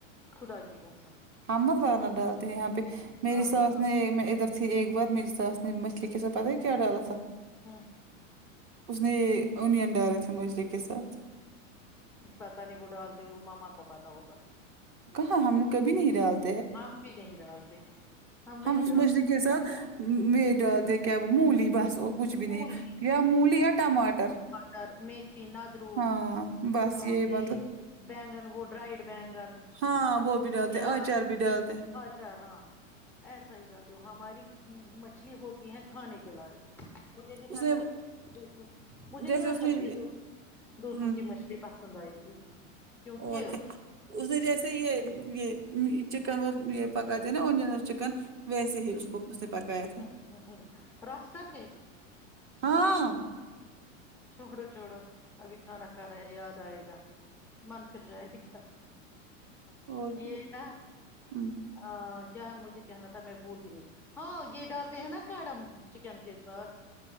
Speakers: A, in the centre; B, on the right.
A: خدا کی قسم
B: ہممدوارنا ڈالتے ہیں یہاں پہ میری
A: ہم
B: ساس
A: کہاں
B: نے ادھر سی ایک بار میری ساس نے مچھلی کے سات پتہ ہے کیا ڈالا تھا
A: ہوں
B: اس نے اونین ڈالے تھے مچھلی کے ساتھ
A: پتہ نہیں وہ ڈالتی ہو ماما کو پتہ ہوگا
B: کہاں ہم نے کبھی نہیں ڈالت
A: ہم بھی نہیں ڈالتے ہم نہیں
B: اس
A: ڈالتے
B: مچھلی کے سب میں ڈالتے کیا وہ مولی ڈالتے بس اور کچھ بھی
A: مولی
B: نہیں یا مولی یا ٹماٹر
A: سر میں ھی نادرو
B: ہاں بس
A: اور یہ
B: مطلب
A: بینگن وہ ڈرائیڈ بینگن
B: ہاں وہ بھی ڈالتے
A: یا
B: اچار بھی ڈالتے ہے
A: آچار ہاں ایسا ہی <unintelligible> ہماری مچھلی ہوتی ہے کھانے کے لائق مجھے نہیں
B: اس
A: پتہ
B: نے
A: تھا دوسوں مجھے
B: جیسے
A: نہیں لگتا
B: اس نے
A: مجھے دوسروں
B: ہمم
A: کی مچھلی پسند آئے گی کیونکہ
B: اور کیا اس نے جیسے یہ یہ چکن اور یہ پکاتے نا انڈین اور چکن ویسے ہی اس کو اسے پتہ ہے
A: ہ ہ ہ ہ رس کر کہ
B: ہاں
A: چھوڑو چھوڑو ابھی کھانا کھا رہے ہے یاد آئے گا من پھر جائے گا
B: اور کیا
A: یہ نا
B: ہم-
A: ا کیا مجھے کہنا تھا میں بھول ہی گئی ہاں یہ ڈالتے ہیں نا کڑم چکن کے ساتھ